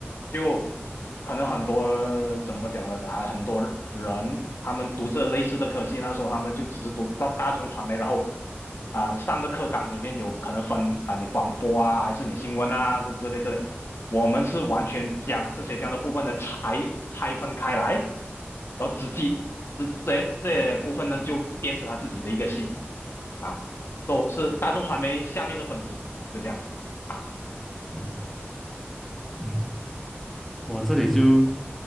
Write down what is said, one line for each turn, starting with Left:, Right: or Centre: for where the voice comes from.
Left: 就可能很多怎么讲呢，还很多人他们读着类似的科系，那时候他们就只是读大大众传媒，然后啊、上的课纲里面有可能分啊、你广播啊，还是你新闻啊这之类之类，我们是完全将这些这样的部分的拆拆分开来，然后直接这这这部分呢就变成他自己的一个系。啊 s 是大众传媒下面的粉丝，就这样啊
Centre: 嗯嗯。我这里就